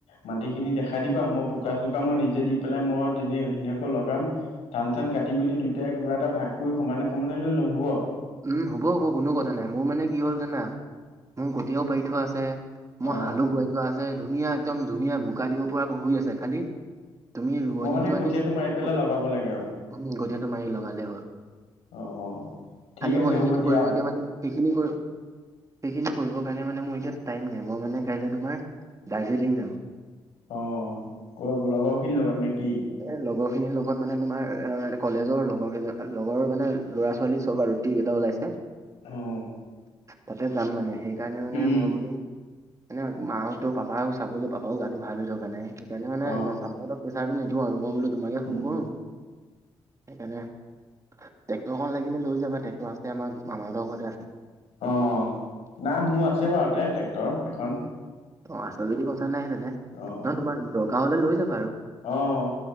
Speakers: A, on the left; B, on the right.
A: মাটিখিনি দেখাই দিবা মই বোকা-চোকা মই নিজে দি পেলাই মই ধ ধুনীয়াকৈ লগাম। ধটান চান কাটি মি দুইটাই কিবা এটা ভাগ কৰি সমানে - সমানে লৈ ল'ম হ'ব।
B: উম, হ'ব - হ'ব কোনো কথা নাই মোৰ মানে কি হ'ল জানা মোৰ কতিয়াও পাৰি থোৱা আছে। মই
A: অ
B: হালু বোৱাই থোৱা আছে ধুনীয়া একদম ধুনীয়া বোকা দিব পৰাহুই আছে খালি তুমি ৰোৱনীটো
A: মই মানে কঠীয়াটো
B: আনি
A: মাৰি পেলাই
B: উম,
A: লগাব লাগে আৰু
B: কথীয়াটো মাৰি লগালেই হ'ল।
A: অ', অ', ঠিক
B: খালি
A: আছে
B: মই সেইখিনি
A: হ'ব দিয়া।
B: কৰিব এতিয়া মানে সেইখিনি কৰি সেইখিনি কৰিবৰ কাৰণে মানে মোৰ এতিয়া টাইম নাই, মই মানে কাইলে তোমাৰ দাৰ্জিলিং যাম।
A: অ, ক লগৰ খিনি লগত নে কি?
B: এ লগৰ খিনিৰ লগত মানে তোমাৰ এ কলেজৰ লগৰ কেইজন লগৰ মানে ল'ৰা-ছোৱালী চব আৰু এটা ওলাইছে।
A: অ',
B: তাতে যাম মানে সেইকাৰণে মানে
A: উম
B: মই বোলো মানে মা হতেও পাপাও চাবলৈ পাপাও গাটো ভাল হৈ থকা নাই, সেইকাৰণে মানে
A: অ
B: ইমান পাপাৰ বা কথাটো নিদিও আৰু মই বোলো তোমাকে
A: উম
B: ফোন কৰো। সেইকাৰণে ট্ৰেক্টৰখন লাগিলে লৈ যাবা টেক আছে আমাৰ মামাহঁতৰ ঘৰতে আছে।
A: অ', অ', নাই মোৰ আছে বাৰু তে ট্ৰেক্টৰ এখন।
B: অ, আছে যদি কথা নাই তেনে।
A: অ',
B: নহয় তোমাৰ দৰকাৰ হ'লে লৈ যাব।
A: অ',